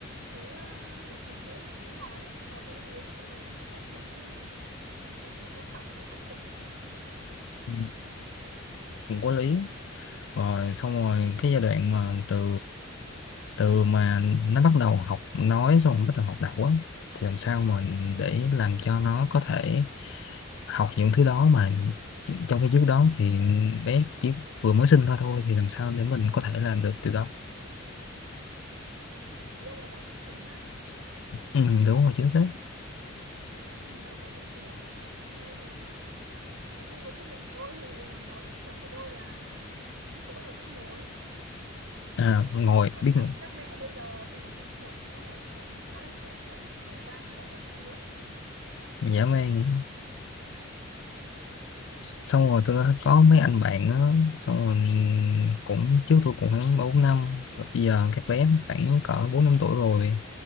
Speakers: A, on the right; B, on the left.
A: cứ ờ, một tuổi rưỡi là phải biết nói mà mỗi đứa nó sẽ có một cái mức phát triển riêng ấy thì mình phải tôn trọng cái mức phát triển của nó
B: Ừ. cũng có lý rồi xong rồi cái giai đoạn mà từ từ mà nó bắt đầu học nói xong rồi bắt đầu học đọc á thì làm sao mà để làm cho nó có thể học những thứ đó mà trong khi trước đó thì bé chỉ vừa mới sinh ra thôi thì làm sao để mình có thể làm được điều đó
A: ý ông là giáo dục sớm à
B: ừ, đúng rồi chính xác
A: muốn làm giáo dục sớm à thì tôi thì nói chung với kinh nghiệm của tôi thì ờ, giáo dục sớm của tôi là lúc đó bắt đầu biết ngồi
B: à, ngồi
A: còn
B: biết
A: các
B: ngồi,
A: các mẹ bây giờ thì thì sớm thì có vẻ như là, là khá là sớm là đẻ ra cái là giáo dục luôn
B: dã man xong rồi tôi đã có mấy anh bạn á xong rồi cũng trước tôi cũng khoảng ba bốn năm rồi bây giờ các bé khoảng cỡ bốn năm tuổi rồi